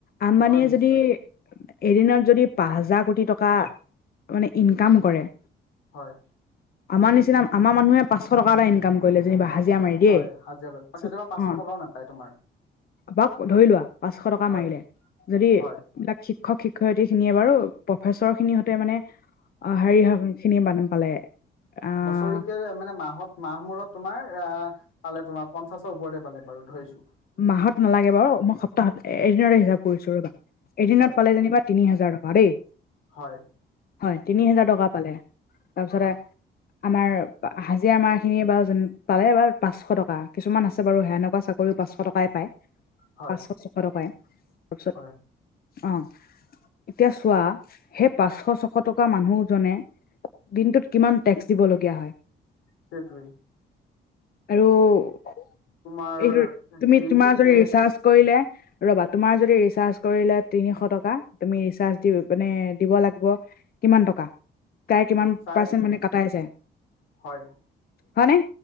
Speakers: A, on the left; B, on the left.
A: আম্বানীয়ে
B: হয় নিশ্চয়
A: যদি- এদিনত যদি পাঁচ হাজাৰ কোটি টকা মানে ইনকাম কৰে-
B: হয়।
A: আমাৰ নিচিনা আমাৰ মানুহে পাঁচশ টকা ইনকাম কৰিলে যেনিবা হাজ- জিয়া মাৰি দিয়ে,
B: হয় হাজিৰা কৰি কেতিয়াবা
A: তাপিছত
B: পাঁচশ
A: অঁ
B: টকাও নাপায় তোমাৰ
A: বাও ধৰি লোৱা পাঁচশ টক- কা
B: হয়
A: মাৰিলে, যদি
B: হয়
A: এইবিলাক শিক্ষক শিক্ষত্ৰী খিনিয়ে বাৰু প্ৰফেচৰ খিনি হতে মানে- অ হেৰি খিনি বান পালে। আহ
B: বছৰিকে মানে মাঁহত মাহ মূৰত তোমাৰ আহ- পালে তোমাৰ পঞ্চাশৰ ওপৰতে পালে বাৰু ধৰিছো।
A: মাঁহত নালাগে বাৰু, মই সপ্তাহত এদিনতে হিচাপ কৰিছো ৰবা, এদিনত
B: হয়
A: পালে যেনিবা- তিনি হাজাৰ টকা দেই।
B: হয়।
A: হয়, তিনি হাজাৰ টকা পালে, তাৰপিছতে-
B: হয়
A: আমাৰ হাজিৰা আমাৰ খিনি বাৰু যেন পালে বাৰু পাঁচশ টকা, কিছুমান আছে বাৰু সেনেকুৱা চাকৰি- পাঁচশ টকাই পায়,
B: হয়
A: পাঁচশ ছশ টকাই। তাৰপিছত
B: হয়
A: অঁ- এতিয়া চোৱা, সেই পাঁচশ ছশ টকা মানুহজনে- দিনটোত কিমান টেক্স দিবলগীয়া হয়?
B: সেইটোয়েই।
A: আৰু-
B: তোমাৰ-
A: এইটো তুমি
B: দিনটো
A: তোমাৰ যদি
B: টেক্স
A: ৰিচাৰ্চ কৰিলে- ৰবা, তোমাৰ যদি ৰিচাৰ্জ কৰিলে তিনিশ টকা তুমি ৰিচাৰ্জ দি মানে দিব লাগিব- কিমান টকা? প্ৰাই কিমান
B: চাৰে
A: পাৰ্চেন
B: তিনি
A: মানে কাটাই যায়,
B: হয়
A: হয়নে?